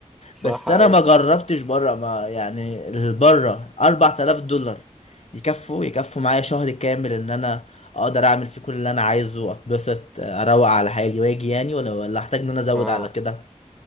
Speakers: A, in the centre; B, on the left.
A: صح
B: بس
A: ايوه
B: انا ما جربتش بره ما يعني بره 4000 دولار يكفوا يكفوا معايا شهر كامل ان انا اقدر اعمل فيه كل اللي انا عايزه اتبسط اروق على حالي واجي يعني ولا ولا احتاج ان انا ازود
A: ما
B: على كده